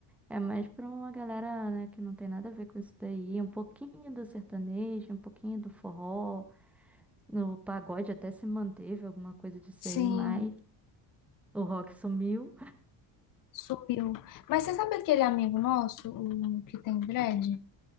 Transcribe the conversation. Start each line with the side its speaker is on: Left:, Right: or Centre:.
Centre: É mais pra uma galera, né, que não tem nada a ver com isso daí, um pouquinho do sertanejo, um pouquinho do forró. O pagode até se manteve, alguma coisa disso
Left: sim,
Centre: aí, mas o rock sumiu.
Left: subiu. Mas você sabe aquele amigo nosso, o que tem dread?